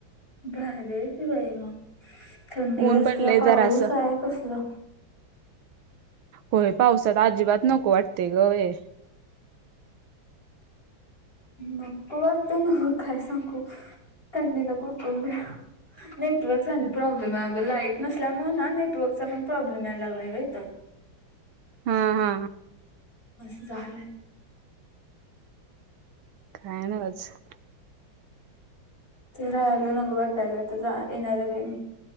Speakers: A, on the left; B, on the right.
A: भारी हाय की बाई मग थंडी
B: ऊन
A: वाजते
B: पडलंय
A: पाऊस
B: जरासं
A: आहे कसला
B: होय पावसात अजिबात नको वाटतेय गं बाई.
A: नको वाटतंय नव्ह काय सांगू थंडीला कुडकुडलं नेटवर्कचा आणि प्रॉब्लेम आहे अगं लाईट नसल्यामुळे ना नेटवर्कचा पण प्रॉब्लेम यायला लागलाय बाई.
B: हा हा
A: मस झालं.
B: काय नव्हचं.
A: इथं राहायला नको वाटायला तर येणार रे मी